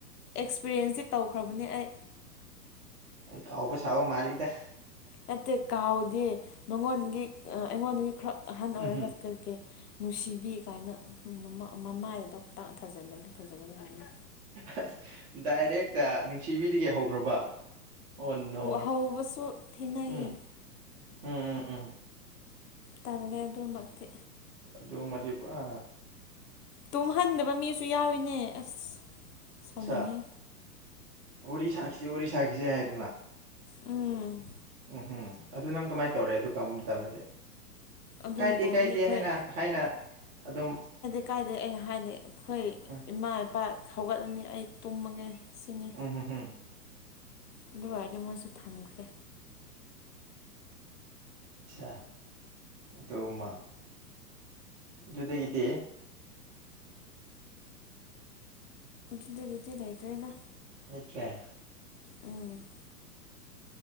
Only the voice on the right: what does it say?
ꯀꯕꯨ ꯁꯥꯎ ꯃꯥꯜꯂꯤꯗ
ꯎꯝꯍꯨꯝ
ꯑꯁ ꯗꯥꯏꯔꯦꯛꯇ ꯅꯨꯡꯁꯤꯕꯤꯗꯒꯤ ꯍꯧꯈ꯭ꯔꯕ ꯑꯣ ꯅꯣ
ꯎꯝ ꯎꯝ ꯎꯝ ꯎꯝ
ꯑꯗꯨ ꯃꯗꯤ ꯄꯨꯥ
ꯑꯠ ꯋꯥꯔꯤ ꯁꯥꯈꯤꯁꯦ ꯋꯥꯔꯤ ꯁꯥꯈꯤꯁꯦ ꯍꯥꯏꯗꯅ
ꯎꯝꯍꯝ ꯑꯗꯨ ꯅꯪ ꯀꯃꯥꯏꯅ ꯇꯧꯔꯦ ꯑꯗꯨ ꯀꯔꯝꯕ ꯃꯇꯝꯗꯗꯤ
ꯀꯥꯏꯗꯦ
ꯀꯥꯏꯗꯦ
ꯍꯥꯏꯅ ꯍꯥꯏꯅ ꯑꯗꯨꯝ
ꯎꯝ
ꯎꯝꯝ ꯍꯝ
ꯑ ꯑꯗꯣ ꯑꯃ ꯣꯗꯒꯗꯦ
ꯑꯆꯥꯦ